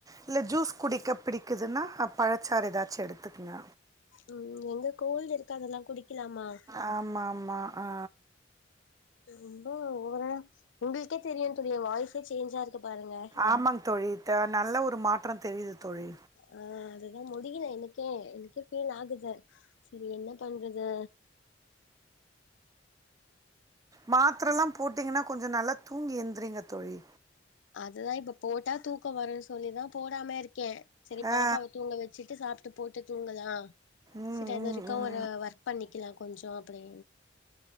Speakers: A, on the right; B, on the left.
A: இல்ல ஜூஸ் குடிக்க பிடிக்குதுன்னா பழச்சாறு ஏதாச்சு எடுத்துக்கங்க
B: ம் ஏங்க கோல்டு இருக்கு அதெல்லா குடிக்கலாமா
A: ஆமா ஆமா ஆ
B: ரொம்ப ஓவரா உங்களுக்கே தெரியு தெரியு வாய்சே சேஞ்சா இருக்கு பாருங்க
A: ஆமாங்க தோழி த நல்ல ஒரு மாற்றம் தெரியுது தோழி
B: ஆ அதுதா முடியல எனக்கே எனக்கே ஃபீல் ஆகுது செரி என்ன பண்றது
A: மாத்திரல்லா போட்டீங்கன்னா கொஞ்சோ நல்லா தூங்கி எந்திரீங்க தோழி
B: அதுதா இப்ப போட்டா தூக்க வரன்னு சொல்லிதா போடாம இருக்கே செரி
A: ஆ
B: பாப்பாவ தூங்க வச்சிட்டு சாப்ட்டு போட்டு தூங்கலா
A: ம்
B: செரி அது
A: ம்
B: வரைக்கு
A: ம்
B: ஒரு ஒர்க் பண்ணிக்கலா கொஞ்சோ அப்டி